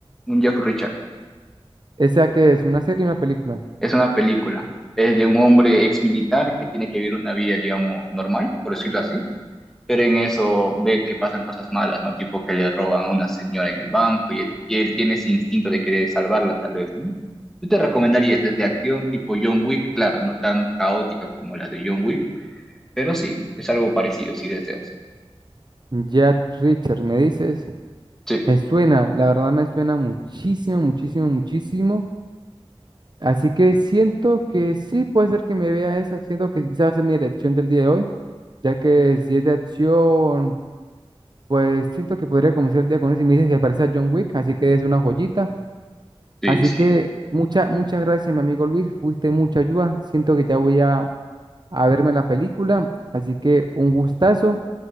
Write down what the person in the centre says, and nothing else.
Un Jack Richard.
Es una película. Es de un hombre ex militar que tiene que vivir una vida, digamos, normal, por decirlo así. Pero en eso ve que pasan cosas malas, ¿no? Tipo que le roban a una señora en el banco y él, y él tiene ese instinto de querer salvarla, tal vez, ¿no? Yo te recomendaría, es de acción tipo John Wick, claro, no tan caótica como las de John Wick Pero sí, es algo parecido si deseas.
Sí,
sí,
sí.